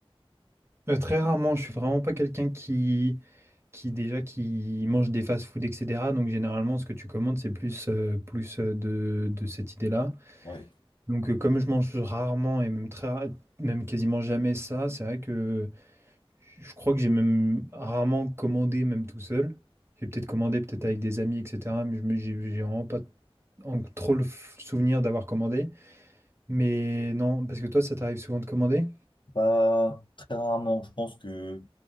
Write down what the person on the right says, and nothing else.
Euh, très rarement, je suis vraiment pas quelqu'un qui, qui déjà qui mange des fast-food, etc. Donc généralement, ce que tu commandes, c'est plus, euh, plus euh, de, de cette idée-là.
Donc euh, comme je mange rarement et même très, ra- même quasiment jamais ça, c'est vrai que je crois que j'ai même rarement commandé même tout seul. J'ai peut-être commandé peut-être avec des amis, etc. Mais je me, j'ai j'ai vraiment pas en- trop le f- souvenir d'avoir commandé. Mais non, parce que toi, ça t'arrive souvent de commander?